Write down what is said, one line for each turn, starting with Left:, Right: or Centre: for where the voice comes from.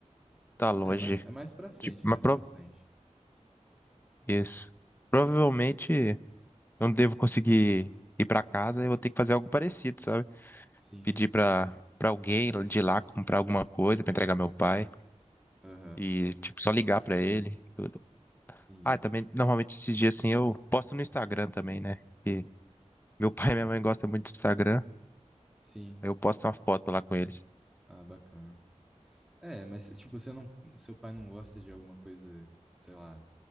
Left: tá longe.
Centre: É, mas é mais pra frente,
Left: Tipo, mas
Centre: é mais pra frente.
Left: Isso. Provavelmente
Centre: Uhum.
Left: eu não devo conseguir ir para casa, eu vou ter que fazer algo parecido, sabe?
Centre: Sim,
Left: Pedir para para alguém de lá comprar alguma coisa para entregar meu pai
Centre: aham,
Left: e tipo só ligar para ele. tudo.
Centre: entendi.
Left: Ah, também
Centre: S-
Left: normalmente esses dias assim eu posto no Instagram também, né? E meu <laughs> pai e minha mãe gostam muito do Instagram,
Centre: Sim,
Left: aí eu posto uma foto lá com eles.
Centre: ah, bacana. É, mas tipo, você não, seu pai não gosta de alguma coisa, sei lá,